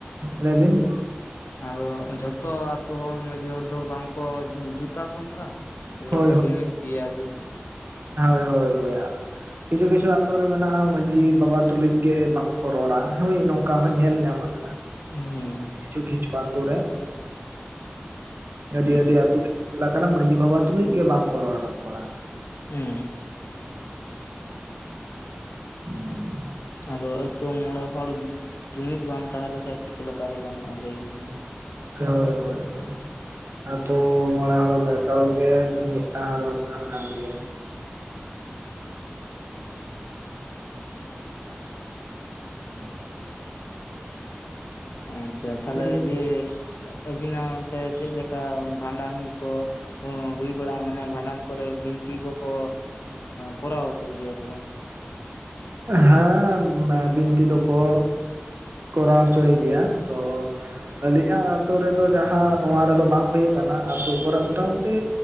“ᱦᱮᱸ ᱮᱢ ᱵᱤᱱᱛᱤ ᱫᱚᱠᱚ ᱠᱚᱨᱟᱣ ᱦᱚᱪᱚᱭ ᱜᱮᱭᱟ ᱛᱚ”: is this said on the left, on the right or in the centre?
Right